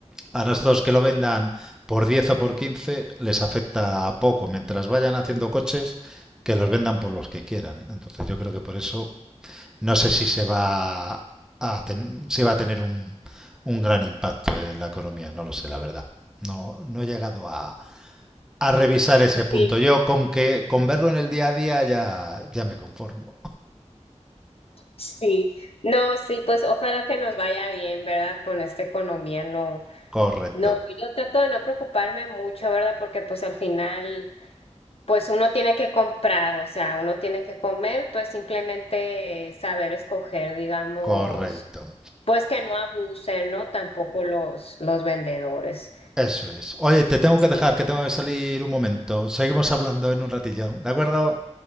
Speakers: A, in the centre; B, on the left.
A: a nosotros que lo vendan por 10 o por 15 les afecta poco. Mientras vayan haciendo coches, que los vendan por los que quieran. Entonces yo creo que por eso no sé si se va a, ten, si va a tener un, un, gran impacto en la economía, no lo sé, la verdad. No, no he llegado a, a revisar ese punto.
B: Sí,
A: Yo con que con verlo en el día a día ya, ya me conformo.
B: sí. No, sí, pues ojalá que nos vaya bien, ¿verdad? Con esta economía, no.
A: Correcto,
B: No, yo trato de no preocuparme mucho, ¿verdad? Porque pues al final... Pues uno tiene que comprar, o sea, uno tiene que comer, pues simplemente saber escoger, digamos,
A: correcto.
B: pues que no abusen, ¿no? Tampoco los, los vendedores.
A: Eso es. Oye, te tengo que dejar,
B: Sí.
A: que tengo que salir un momento. Seguimos hablando en un ratillo, ¿de acuerdo?